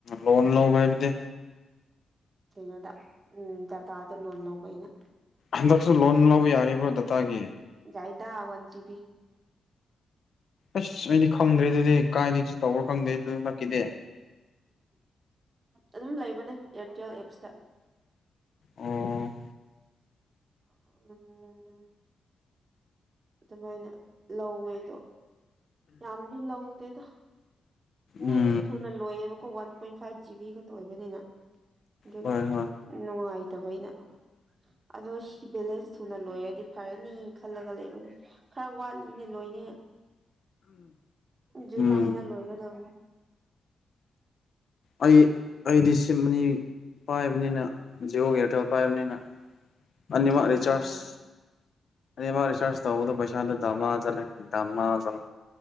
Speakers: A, on the left; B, on the right.
A: ꯂꯣꯟ ꯂꯧꯕ ꯍꯥꯏꯕꯗꯤ
B: ꯀꯩꯅꯣꯗ ꯎꯝ ꯗꯥꯇꯥꯗ ꯂꯣꯟ ꯂꯧꯕ ꯑꯩꯅ
A: ꯍꯟꯗꯛꯁꯨ ꯂꯣꯟ ꯂꯧꯕ ꯌꯥꯔꯤꯕ꯭ꯔꯣ ꯗꯇꯥꯒꯤ
B: ꯌꯥꯏꯗ ꯋꯥꯟ ꯖꯤꯕꯤ
A: ꯑꯁ ꯑꯩꯗꯤ ꯈꯪꯗ꯭ꯔꯦ ꯑꯗꯨꯗꯤ ꯀꯥꯏꯗꯒꯤꯁꯨ ꯇꯧꯕ꯭ꯔꯥ ꯈꯪꯗꯦ <unintelligible>
B: ꯑꯗꯨꯝ ꯂꯩꯕꯅꯦ ꯑ꯭ꯌꯥꯔꯇꯦꯜ ꯑꯦꯞꯁꯇ
A: ꯑꯣ
B: <unintelligible> ꯑꯗꯨꯃꯥꯏꯅ ꯂꯧꯋꯦꯗꯣ ꯌꯥꯝꯗꯤ ꯂꯧꯗꯦꯗ ꯅꯦꯠꯇꯨ
A: ꯎꯝ
B: ꯊꯨꯅ ꯂꯣꯏꯌꯦꯕꯀꯣ ꯋꯥꯟ ꯄꯣꯏꯟ ꯐꯥꯏꯚ ꯖꯤꯕꯤ ꯈꯛꯇ ꯑꯣꯏꯕꯅꯤꯅ ꯗꯨꯏ
A: ꯍꯣꯏ ꯍꯣꯏ
B: ꯅꯨꯡꯉꯥꯏ ꯇꯕ ꯑꯩꯅ ꯑꯗꯣ ꯕꯦꯂꯦꯟꯁ ꯊꯨꯅ ꯂꯣꯏꯔꯗꯤ ꯐꯔꯅꯤ ꯈꯜꯂꯒ ꯂꯩꯕꯅ ꯈꯔ ꯋꯥꯠꯂꯤꯅꯦ ꯂꯣꯏꯅꯦ ꯖꯨꯂꯥꯏꯗ
A: ꯎꯝ
B: ꯂꯣꯏꯒꯗꯕꯅꯦ
A: ꯑꯩ ꯑꯩꯗꯤ ꯁꯤꯝ ꯑꯅꯤ ꯄꯥꯏꯕꯅꯤꯅ ꯖꯤꯑꯣ ꯏꯌꯥꯔꯇꯦꯜ ꯄꯥꯏꯕꯅꯤꯅ ꯑꯅꯤꯃꯛ
B: ꯌꯥꯝ ꯅꯨꯡꯉꯥꯏꯌꯦ
A: ꯔꯤꯆꯥ꯭ꯔꯁ ꯑꯅꯤꯃꯛ ꯔ ꯆꯥꯁ ꯇꯧꯕꯗ ꯄꯩꯁꯥꯗꯣ ꯗꯥꯃꯥ ꯆꯠꯂꯦ ꯗꯥꯃꯥ ꯆꯠꯂꯦ